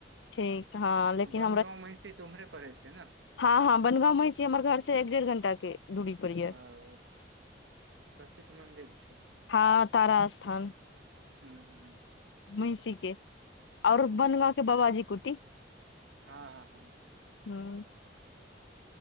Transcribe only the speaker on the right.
अ बनगाँव, महिषी तऽ उम्हरे पड़े छै नै।
औ प्रसिद्ध मन्दिर छै।
हूँ हूँ
हां-हां-हां।